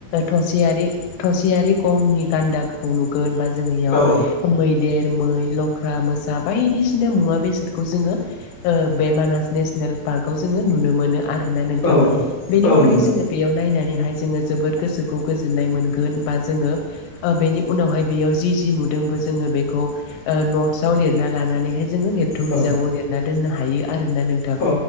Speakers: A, on the left; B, on the left.
A: थसियारि थसियारि गंनि गान्दा खौ नुगोन बा जोंङो इयाव
B: औ
A: मैदेर, मै, लख्रा, मोसा बायदिसिना मुवा बेसाद खौ जोङो ओ बे मानास नेसनेल पार्कआव जोङो नुनो मोनो। आरोना नोंथां
B: औ
A: बेनि
B: औ
A: अनगायै
B: मोनदों
A: जोङो बेयाव नायनानैहाय जोङो जोबोद गोसोखौ गोजोननाय मोनगोन बा जोङो ओ बेनि उनावहाय बेयाव जि जि नुदोंबो जोङो बेखौ नट्सआव लिरना लानानैहाय जोङो लिरथुम
B: औ
A: बिजाबाव लिरना दोननो हायो आर ना नों थां
B: औ